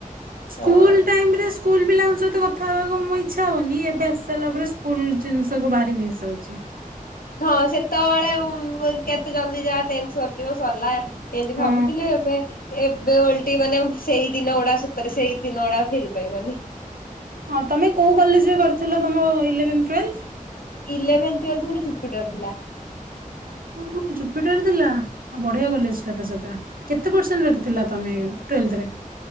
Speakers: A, on the left (about 85°); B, on the right (about 80°).
A: ହଁ।
B: ସ୍କୁଲ ଟାଇମରେ ସ୍କୁଲ ପିଲାଙ୍କ ସହିତ କଥା ହବାକୁ ମୁଁ ଇଛା ହଉନି ଏବେ ଆସି ସାରିଲା ପରେ ସ୍କୁଲ ଜିନିଷ କୁ ଭାରି ମିସ୍ ହୋଉଛି।
A: ହଁ ସେତେବେଳେ କେତେ ଜଲଦି ଯାଏ ଟେନସନ୍ ଯିବ ସରିଲା ଏମତି
B: ହଁ।
A: ଭାବୁଥିଲି ଏବେ ଏବେ ଓଲଟା ମାନେ ସେଇ ଦିନ ଓଡା ସତରେ ସେଇ ଦିନ ଓଡା ଫେରି ପାଇବନି
B: ହଁ ତମେ କୋଉ କଲେଜରେ କରିଥିଲ ତମ ଇଲେଭେନ୍ ଟଲ
A: ଇଲେଭେନ୍ ଟଲ ମୋାନେ ଚୁପିଟାର ଥିଲା।
B: ଓ ଜୁପିଟର ଥିଲା। ହଁ ବଢିଆ କଲେଜ ଟା ତ ସେଟା କେତେ ପରସେଣ୍ଟ ରଖିଥିଲା ତମେ ଟ୍ୱେଥ ରେ